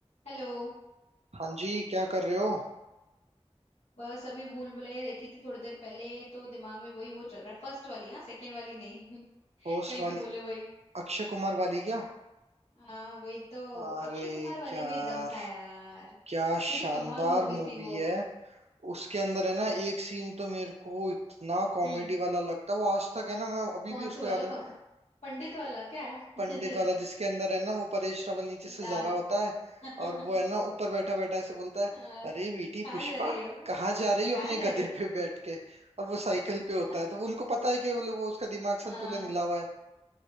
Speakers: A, on the left; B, on the right.
A: Hello
B: हाँ जी क्या कर रहे हो
A: बस अभी भूल भुलैया देखी थी थोड़ी देर पहले तो दिमाग में वही वो चल रहा है फर्स्ट वाली हाँ सेकंड वाली नहीं <laughs>
B: पोस्ट
A: कहीं तो
B: वाली
A: बोले वही
B: अक्षय कुमार वाली क्या
A: हाँ वही तो
B: अरे
A: अक्षय कुमार वाली
B: यार
A: में ही दम था यार कितनी
B: क्या शानदार
A: कमाल मूवी
B: मूवी
A: थी वो
B: है उसके अंदर है ना एक सीन तो मेरे को इतना कॉमेडी
A: हम्म
B: वाला लगता है वो आज तक है ना मैं अभी
A: कौन
B: भी उसको
A: से वाला
B: याद रख
A: कौन पंडित वाला क्या <laughs>
B: पंडित वाला जिसके अंदर है ना वो परेश रावल नीचे से
A: लाल
B: जा रहा होता है
A: <laughs>
B: और वो है ना ऊपर बैठा बैठा ऐसे बोलता है
A: हाँ
B: अरे बेटी
A: कहाँ
B: पुष्पा
A: जा रही हो
B: कहाँ जा रही हो
A: कहाँ
B: अपने
A: जा
B: गधे
A: रही हो
B: पे बैठ के और वो साइकिल पे होता
A: <laughs>
B: है तो उनको पता है कि बोले वो उसका दिमाग
A: हाँ
B: संतुलन हिला हुआ है